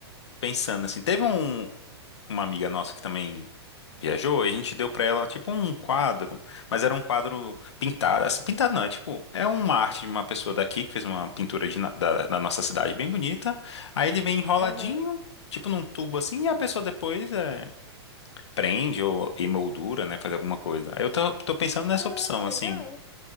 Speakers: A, on the left; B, on the left.
A: pensando assim. Teve um, uma amiga nossa que também viajou e a gente deu pra ela tipo um quadro, mas era um quadro pintado, assim, pintado não, é tipo, é uma arte de uma pessoa daqui que fez uma pintura de na- da, da nossa cidade bem bonita. Aí ele vem enroladinho,
B: Aham.
A: tipo num tubo assim, e a pessoa depois é, prende ou emoldura, né, faz alguma coisa. Aí eu tô, tô pensando nessa
B: Ah,
A: opção
B: legal.
A: assim,